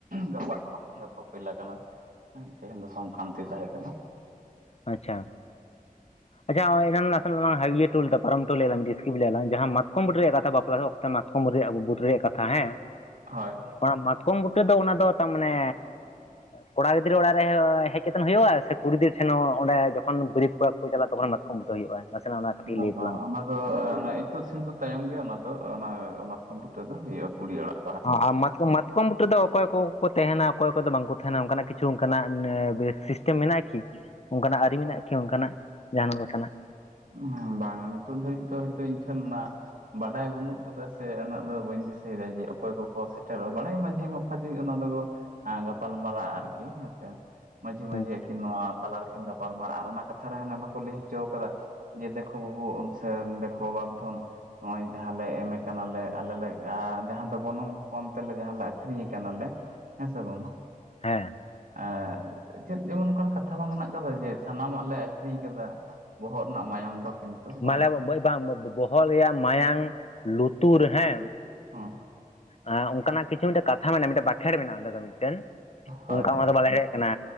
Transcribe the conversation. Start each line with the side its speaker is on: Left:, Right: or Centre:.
Right: ᱜᱟᱯᱟ ᱠᱷᱚᱱᱟᱜ ᱜᱟᱯᱟ ᱠᱚᱭᱞᱟᱟᱜ ᱠᱟᱱᱟ᱾ ᱦᱮᱸ ᱛᱮᱦᱮᱧ ᱫᱚ ᱥᱚᱝᱠᱟᱱᱛᱤ ᱛᱟᱦᱮᱸᱠᱟᱱᱟ᱾
Left: ᱟᱪᱷᱟ᱾
Right: <inaudible>
Left: ᱟᱪᱪᱷᱟ ᱚ ᱮᱱᱟᱝ ᱱᱟᱥᱮᱱᱟᱜ ᱞᱟᱝ ᱦᱟ ᱤᱭᱟᱹ ᱴᱩ ᱞᱮᱫᱟ ᱯᱟᱨᱚᱢ ᱴᱩ ᱞᱮᱫᱟ ᱰᱤᱥᱠᱤᱵ ᱞᱮ ᱟᱞᱟᱝ ᱡᱟᱦᱟᱸ ᱢᱟᱛᱠᱚᱢ ᱵᱩᱴᱟᱹᱴ ᱨᱮᱭᱟᱜ ᱠᱟᱛᱷᱟ ᱵᱟᱯᱞᱟ ᱨᱮ ᱚᱠ ᱢᱟᱛᱠᱚᱢ ᱨᱮᱭᱟᱜ ᱵᱩᱫ ᱨᱮᱭᱟᱜ ᱠᱟᱛᱷᱟ ᱦᱮᱸ
Right: ᱦᱳᱭ
Left: ᱚᱱᱟᱜ ᱢᱟᱛᱠᱚᱢ ᱵᱩᱴᱟᱹ ᱫᱚ ᱚᱱᱟ ᱫᱚ ᱛᱟᱨᱢᱟᱱᱮᱼᱼ ᱠᱚᱲᱟ ᱜᱤᱫᱽᱨᱟᱹ ᱚᱲᱟᱜ ᱨᱮ ᱦᱚ ᱦᱮᱡ ᱠᱟᱛᱮᱱ ᱦᱩᱭᱩᱜᱼᱟ ᱥᱮ ᱠᱩᱲᱤ ᱜᱤᱫᱽᱨᱟᱹᱼᱼ ᱦᱮᱸ ᱱᱟᱣᱟ ᱚᱸᱰᱮ ᱸ ᱡᱚᱠᱷᱚᱱ ᱵᱟᱹᱨᱟᱹᱛᱽ ᱠᱚᱲᱟ ᱠᱚ ᱠᱚ ᱪᱟᱞᱟᱜᱼᱟ ᱛᱚᱠᱷᱚᱱ ᱢᱟᱛᱚᱢ ᱵᱩᱴᱟᱹ ᱦᱩᱭᱩᱜᱼᱟ᱾ ᱱᱟᱥᱮᱱᱟᱜ ᱚᱱᱟ ᱠᱟᱹᱴᱤᱡ
Right: ᱵᱟᱝ
Left: ᱞᱟᱹᱭ
Right: - ᱵᱟᱝ
Left: ᱛᱟᱞᱟᱝ
Right: ᱚᱱᱟ
Left: ᱢᱮ ᱢᱟ
Right: ᱫᱚᱼᱼ ᱤᱛᱩᱜ ᱥᱤᱸᱫᱩᱨ ᱛᱟᱭᱚᱢ ᱜᱮ ᱚᱱᱟ ᱫᱚ ᱚᱱᱟᱻ - ᱚᱱᱟ ᱢᱟᱛᱠᱚᱢ ᱵᱩᱴᱟᱹ ᱫᱚ ᱦᱩᱭᱩᱜᱼᱟ ᱠᱩᱲᱤᱲᱟᱜᱼᱼ
Left: ᱦᱟᱸ ᱢᱟᱛᱠᱚᱢᱡ ᱢᱟᱛᱼᱼ ᱢᱟᱛᱠᱚᱢ ᱵᱩᱴᱟᱹ ᱨᱮᱫᱚ ᱚᱠᱚᱭ - ᱚᱠᱚᱭ ᱠᱚ ᱜᱚ ᱛᱮᱦᱮᱱᱟ ᱚᱠᱚᱭ ᱠᱚᱫᱚ ᱵᱟᱝᱠᱚ ᱛᱟᱦᱮᱱᱟ ᱚᱱᱠᱟᱱᱟᱜ ᱠᱤᱪᱷᱩ ᱚᱱᱠᱟᱱᱟᱜ ᱵᱮᱥ ᱥᱤᱥᱴᱮᱢ ᱢᱮᱱᱟᱜᱼᱟ ᱠᱤ? ᱚᱱᱠᱟᱱᱟᱜ ᱟᱹᱨᱤ ᱢᱮᱱᱟᱜᱼᱟ ᱠᱤ ᱚᱱᱠᱟᱱᱟᱜ ᱡᱟᱦᱱᱟᱜ ᱞᱮᱠᱟᱱᱟᱜ?
Right: ᱦᱚᱸ ᱵᱟᱝ ᱱᱤᱛᱳ ᱫᱷᱟᱹᱨᱤᱡ ᱛᱚ ᱦᱚᱭᱛᱳ ᱤᱧ ᱴᱷᱮᱱ ᱱᱟᱜᱼᱼ ᱵᱟᱰᱟᱭ ᱵᱟᱹᱱᱩᱜ ᱠᱟᱫᱟ ᱥᱮ ᱩᱱᱟᱹᱜ ᱫᱚ ᱵᱟᱹᱧ ᱫᱤᱥᱟᱹᱭᱫᱟ ᱡᱮ ᱚᱠᱚᱭ ᱠᱚ - ᱠᱚ ᱥᱮᱴᱮᱨᱚᱜ ᱼᱟ ᱵᱟᱰᱟᱭ ᱢᱟᱹᱡᱷᱤ ᱢᱟ ᱵᱷᱡᱮ ᱚᱱᱟ ᱫᱚᱠᱚ ᱜᱟᱯᱟᱞ ᱢᱟᱨᱟᱨᱟᱜᱼᱟ ᱟᱨᱠᱤ ᱦᱮᱸᱥᱮ ᱢᱟᱹᱡᱷᱤ -
Left: ᱟᱪᱪᱷᱟ
Right: ᱢᱟᱹᱡᱷᱤ ᱟᱹᱠᱤᱱ ᱱᱚᱣᱟ ᱛᱟᱞᱟ ᱨᱮᱠᱤᱱ ᱜᱟᱯᱟᱞᱢᱟᱨᱟᱜ ᱟᱨ ᱚᱱᱟ ᱠᱟᱛᱷᱟ ᱨᱮ ᱦᱟᱱᱟ ᱵᱟᱠᱚ ᱞᱟᱹᱭ ᱦᱚᱪᱚ ᱠᱟᱫᱟ ᱡᱮ ᱫᱮᱠᱷᱚ ᱵᱟᱹᱵᱩ ᱩᱸᱱ ᱥᱮ ᱫᱮᱠᱷᱚ ᱵᱟᱵᱫᱷᱚᱱ ᱱᱚᱜᱼᱚᱭ ᱡᱟᱦᱟᱸ ᱞᱮ ᱮᱢᱮ ᱠᱟᱱᱟᱞᱮ ᱟᱞᱮ ᱞᱮ ᱟᱻᱡᱟᱦᱟᱸ ᱫᱚ ᱜᱚᱱᱚᱝ ᱯᱚᱱ ᱛᱮᱞᱮ ᱡᱟᱦᱟᱸ ᱞᱮ ᱟᱹᱠᱷᱨᱤᱧᱮ ᱠᱟᱱᱟᱞᱮ᱾ ᱦᱮᱸ ᱥᱮ ᱵᱚᱱ
Left: ᱦᱮᱸ
Right: ᱟᱸᱻ ᱪᱮᱫ ᱡᱮᱢᱚᱱ ᱚᱱᱠᱟᱱ ᱠᱟᱛᱷᱟ ᱵᱟᱝ ᱦᱮᱱᱟᱜ ᱠᱟᱫᱟ ᱡᱮ ᱥᱟᱱᱟᱢᱟᱜ ᱞᱮ ᱟᱠᱷᱨᱤᱧ ᱠᱟᱫᱟ ᱵᱚᱦᱚᱜ ᱨᱮᱱᱟᱜ ᱢᱟᱭᱟᱢ ᱫᱚ ᱠᱤᱱᱛᱩ ᱵᱟᱝ
Left: ᱢᱟᱞᱮ ᱵᱚᱵᱚᱭ ᱵᱟᱝ ᱵᱚᱵᱚᱭ ᱵᱚᱵᱚᱦᱚᱜ ᱨᱮᱭᱟᱜ ᱢᱟᱭᱟᱝ ᱞᱩᱛᱩᱨ ᱦᱮᱸ
Right: ᱦᱚᱸ
Left: ᱟᱸ ᱚᱱᱠᱟᱱᱟᱜ ᱠᱤᱪᱷᱩ ᱢᱤᱫᱴᱟᱹᱜ ᱠᱟᱛᱷᱟ ᱢᱮᱱᱟᱜᱼᱟ ᱢᱤᱫᱴᱟᱹᱜ ᱵᱟᱠᱷᱮᱸᱲ ᱢᱮᱱᱟᱜᱼᱟ ᱚᱸᱰᱮ ᱫᱚ ᱢᱤᱫ ᱢᱤᱫᱴᱮᱱ
Right: ᱦᱳᱭ
Left: ᱚᱝᱠᱟ
Right: ᱦᱳᱭ
Left: ᱚᱱᱟ ᱫᱚ ᱵᱟᱞᱮ ᱰᱟᱞᱮ ᱠᱟᱱᱟ